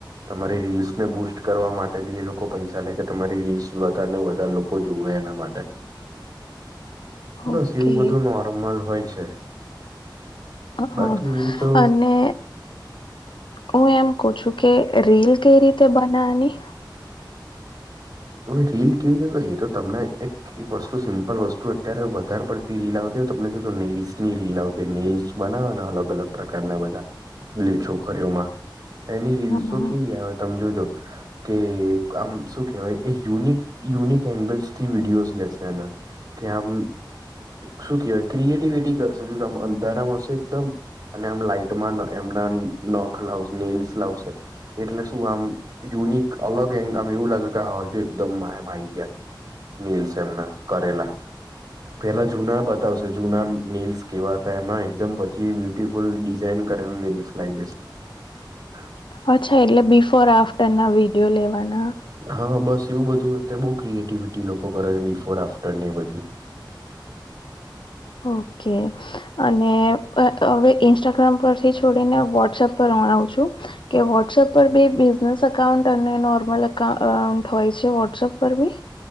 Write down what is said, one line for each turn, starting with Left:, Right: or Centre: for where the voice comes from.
Right: તમારી રીલ્સને બુસ્ટ કરવા માટે બી એ લોકો પૈસા લે કે તમારી રીલ્સ વધ ને વધારે લોકો લોકો જોુવે એના માટે બસ
Left: ઓકે
Right: એવું બધું નોર્મલ હોય છે.
Left: હા
Right: બાકી એવું તો
Left: અને હું એમ કું છુ, કે રીલ કઈ રીતે બનાવવાની
Right: રીલ કેવી છે તો એ તો તમને એક એક વસ્તુ સિમ્પલ વસ્તુ અત્યારે વધારે પડતી રીલ આવતી હોય તમને જો નેલ્સની રીલ આવતી નેલ્સ બનાવો અલગ અલગ પ્રકારના બધા છોકરીઓમાં એની રીતે
Left: હા
Right: શું
Left: હા
Right: કેવી આવે તમે જોજો કે આમ શું કેહેવાય એ યુનિક યુનિક એંગલ્સ થી વિડીયોઝ લેશે એના કે આમ શું કેહેવાય ક્રિએટિવિટી કરશે ત તમે અંધારામાં હશે એકદમ અને આમ લાાઈટમાં એમના નખ લાવ નેલ્સ લાવશે. એટલે શું આમ યુનિક અલગ એંગ આમ એવું લાગે કે હજુ એકદમ એમ આ આવી ગયા. નીલસ એમના કરેલા પેલા જૂના બતાવશે જૂના નીલ્સ કેવા હતા એમમાં એકદમ પછી બ્યુટીિફુલ ડિઝઇન કરેલા નીલ્સ લાવી દેશે. હા
Left: અચ્છા એટલે બિફોર આફ્ટર ના વિડીિયો લેવાના.
Right: હા બસ એવું બધું અત બહુ ક્રિએટિવિટી લોકો કરે છે બિફોર આફ્ટર ને એ બધું
Left: ઓકે અને હવે ઇન્સ્ટાગ્રામ પરથી છોડીને વોટ્સએપ પર મણાવું છુ. કે વોટ્સઅપ પર બી બિઝનેસ અાઉન્ટ અને નોર્મલ અઉન્ટ હોય છે વોટ્સઅપ પર બી